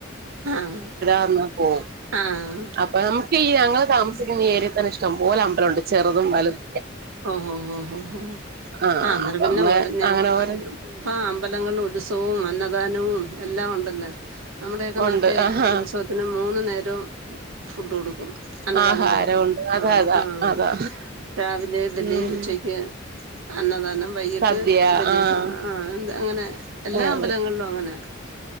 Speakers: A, on the right; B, on the right.
A: ആഹ്
B: അന്ന് പോവും
A: ആഹ്
B: അപ്പൊ നമുക്ക് ഈ ഞങ്ങള് താമസിക്കുന്ന ഏരിയയിൽ തന്നെ ഇഷ്ടം പോലെ അമ്പലം ഉണ്ട് ചെറുതും വലതും
A: ഓഹ് ഓഹ് ഓഹ് ഓഹ് ഓഹ്
B: ആഹ്
A: ആ അന്നേരം
B: അപ്പൊ
A: പിന്നെ
B: നമ്മള്
A: ഓരും ഞങ്ങ-
B: അങ്ങനെ ഓരോ
A: ആ അമ്പലങ്ങളിൽ ഉത്സവും അന്നദാനവും എല്ലാം ഉണ്ടല്ലേ നമ്മുടെയൊക്കെ
B: ഉണ്ട്
A: നാട്ടെ
B: ആഹാ
A: ഉത്സവത്തിന് മൂന്നു നേരവും ഫുഡ് കൊടുക്കും അന്നദാനം
B: ആഹാരമുണ്ട്
A: കൊടുക്കും
B: അതാ
A: ആഹ്
B: അതാ
A: ആഹ്
B: അതാ
A: രാവിലെ ഇഡലി
B: ഉം
A: ഉച്ചയ്ക്ക് അന്നദാനം വൈകിട്ട്
B: സദ്യ
A: വല്യസ
B: ആഹ്
A: ആ എന്ത അങ്ങനെ എല്ലാ
B: അങ്ങനെ
A: അമ്പലങ്ങളിലും അങ്ങനെ